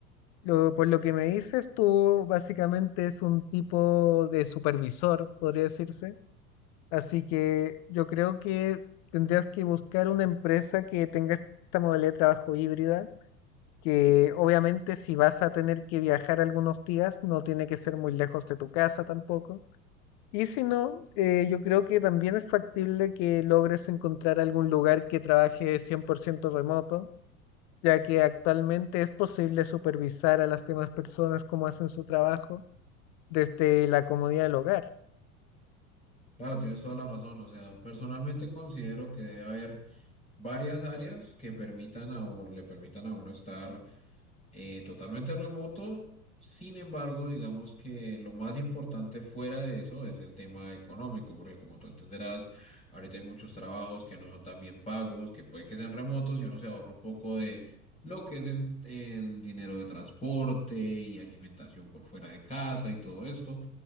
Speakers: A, on the left; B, on the left.
A: lo- por lo que me dices, tú básicamente es un tipo de supervisor, podría decirse. Así que yo creo que tendrías que buscar una empresa que tenga esta modalidad de trabajo híbrida que obviamente si vas a tener que viajar algunos días, no tiene que ser muy lejos de tu casa tampoco. Y si no, eh, yo creo que también es factible que logres encontrar algún lugar que trabaje 100% remoto, ya que actualmente es posible supervisar a las demás personas cómo hacen su trabajo desde la comodidad del hogar.
B: Claro, tienes toda la razón. O sea, personalmente considero que debe haber varias áreas que permitan a uno, le permitan a uno estar eh, totalmente remoto. Sin embargo, digamos que lo más importante fuera de eso es el tema económico, porque como tú entenderás, ahorita hay muchos trabajos que no son tan bien pagos, que puede que sean remotos y uno se ahorra un poco de lo que es el, el dinero de transporte y alimentación por fuera de casa y todo esto